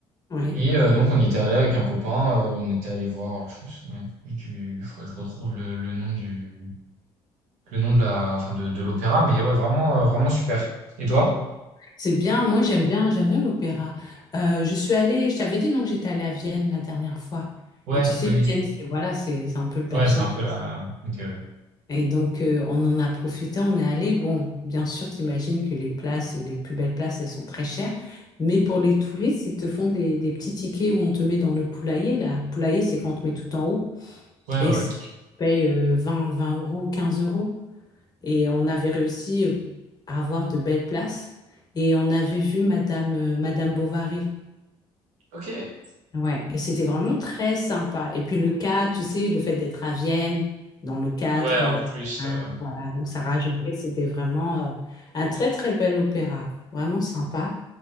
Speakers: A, on the left; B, on the right.
A: oui.
B: et heu, donc on y était allé avec un copain, heu, on était allé voir alors je me souviens plus du il faudrait que je retrouve le le nom du le nom de la enfin de de l'opéra mais ouais vraiment, heu, vraiment super et toi?
A: C'est bien, moi j'aime bien, j'aime bien l'opéra. Euh, je suis allée, je t'avais dit non que j'étais allée à Vienne la dernière fois.
B: Ouais,
A: Et tu sais,
B: oui, oui.
A: Vienne, c'est voilà, c'est c'est un peu le berceau
B: Ouais, c'est un
A: de,
B: peu la OK, ouais.
A: Et donc, euh, on en a profité, on est allé. Bon, bien sûr, t'imagines que les places, les plus belles places, elles sont très chères. Mais pour les touristes, ils te font des, des petits tickets où on te met dans le poulailler, là. Poulailler, c'est quand on te met tout en haut.
B: Ouais,
A: Et
B: ouais,
A: c'est,
B: ouais.
A: tu payes euh, 20, 20 euros, 15 euros. Et on avait réussi euh, à avoir de belles places. Et on avait vu Madame, euh, Madame Bovary.
B: OK.
A: Ouais, et c'était vraiment très sympa. Et puis le cadre, tu sais, le fait d'être à Vienne, dans le cadre,
B: Ouais, en
A: euh,
B: plus,
A: voilà,
B: heu,
A: voilà. Donc ça rajoutait, c'était vraiment euh, un très très bel opéra, vraiment sympa.